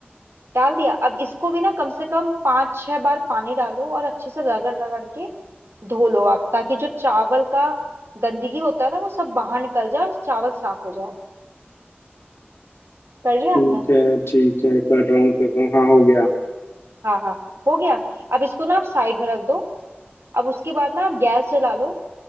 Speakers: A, on the right (about 90°); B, on the left (about 75°).
A: डाल दिया अब इसको भी ना कम से कम पांच छह बार पानी डालो और अच्छे से रगड़ रगड़ के धो लो आप ताकि जो चावल का गंदगी होता है ना वो सब बाहर निकल जाए और चावल साफ हो जाए कर लिया
B: ठीक
A: आपने
B: है ठीक है कर रहा हूँ कर रहा हूँ हाँ हो गया
A: हाँ हाँ हो गया अब इसको ना आप साइड में रख दो अब उसके बाद ना आप गैस जला लो